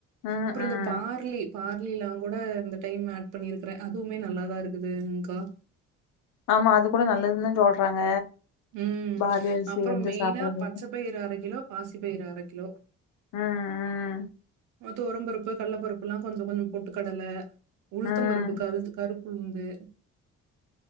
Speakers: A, on the left (about 85°); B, on the right (about 80°).
A: ம்
B: அப்றோ
A: ம்
B: இந்த பார்லி பார்லில்லா கூட இந்த டைம் ஹேட் பண்ணியிருக்கறே அதுவுமே நல்லாதா இருக்குதுங்க்கா
A: ஆமா அது கூட நல்லதுன்னு தா சொல்றாங்க
B: உம்
A: பாலி அரிசி
B: அப்றோ
A: வந்து
B: மெயினா
A: சாப்புட்றதுக்கு
B: பச்ச பயிறு அர கிலோ பாசி பயிறு அர கிலோ
A: உம் உம்
B: துவரம் பருப்பு கல்ல பருப்பு எல்லா கொஞ்ச கொஞ்சோ பொட்டு கடல உளுத்தம்
A: ம் ம்
B: பருப்பு கருத்து கருப் உளுந்து